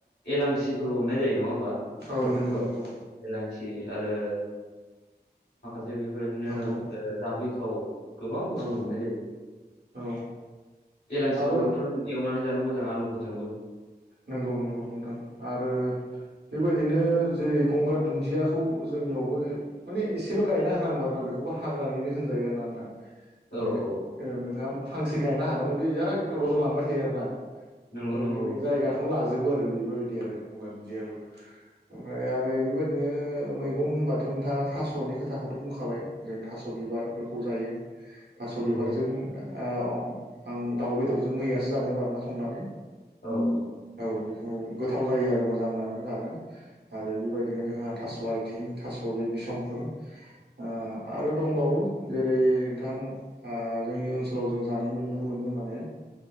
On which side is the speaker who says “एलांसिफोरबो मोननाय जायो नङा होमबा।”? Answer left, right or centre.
Left